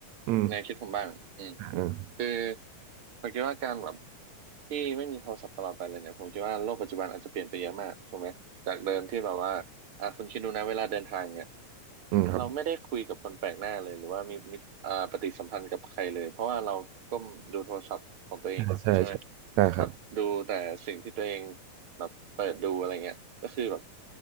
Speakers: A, on the right (about 75°); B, on the right (about 45°).
A: อืม
B: แนวคิดผมบ้างอืม
A: อืม
B: คือผมคิดว่าการแบบ ที่ไม่มีโทรศัพท์ตลอดไปเลยเนี่ยผมคิดว่าโลกปัจจุบันอาจจะเปลี่ยนไปเยอะมากถูกไหมจากเดิมที่แบบว่าอ่ะคุณคิดดูนะเวลาเดินทางเนี่ย
A: อืมครับ
B: เราไม่ได้คุยกับคนแปลกหน้าเลยหรือว่ามีมิตรอ่าปฏิสัมพันธ์กับใครเลยเพราะว่าเราก้มดูโทรศัพท์ของตัวเองใช่ไหม
A: ใช่ใช่ใช่ได้ครับ
B: แบบดูแต่สิ่งที่ตัวเองแบบเปิดดูอะไรเงี้ยก็คือแบบ